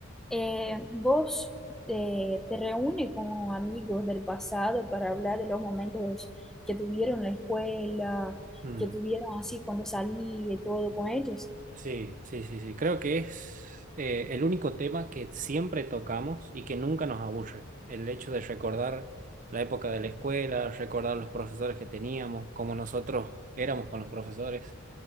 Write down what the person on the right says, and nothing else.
Mm.
Sí, sí, sí, sí. Creo que es eh, el único tema que siempre tocamos y que nunca nos aburre. El hecho de recordar la época de la escuela, recordar los profesores que teníamos, cómo nosotros éramos con los profesores.